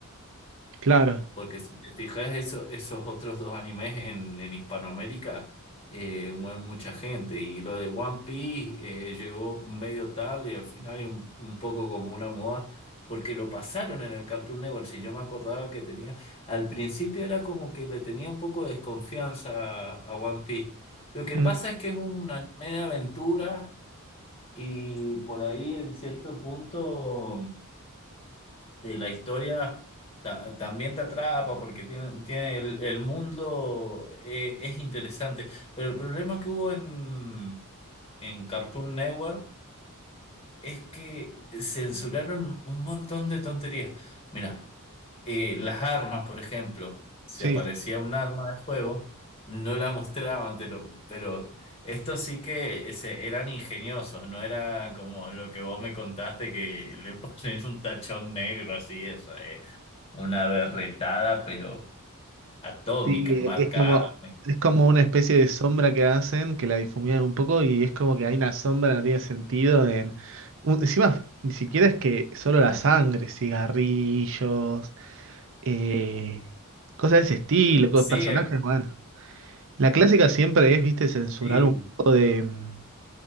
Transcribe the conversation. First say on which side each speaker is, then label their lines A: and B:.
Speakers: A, on the right; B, on the left.
A: Claro.
B: Porque si te fijas, eso, esos otros dos animes en, en Hispanoamérica eh, mueven mucha gente. Y lo de One Piece eh, llegó medio tarde y al final y un, un poco como una moda, porque lo pasaron en el Cartoon Network. Si yo me acordaba que tenía, al principio era como que le tenía un poco de desconfianza a, a One Piece. Lo que
A: Mm,
B: pasa es que es un anime de aventura y por ahí en cierto punto de la historia ta- también te atrapa porque tiene, tiene el, el mundo eh, es interesante. Pero el problema que hubo en, en Cartoon Network es que censuraron un montón de tonterías. Mira. Eh, las armas, por ejemplo, si
A: Sí,
B: aparecía un arma de fuego no la mostraban, pero, pero esto sí que se- eran ingeniosos, no era como lo que vos me contaste que le <laughs> ponen un tachón negro así, eso, eh, una berretada, pero atómica,
A: sí, e-
B: marca
A: es como,
B: APME.
A: es como una especie de sombra que hacen, que la difuminan un poco y es como que hay una sombra, no tiene sentido en... un- Encima, ni siquiera es que solo la sangre, cigarrillos, eh, cosas de ese estilo, co-
B: Sí,
A: personajes,
B: eh,
A: bueno. La clásica siempre es, viste, censurar
B: sí,
A: un... em,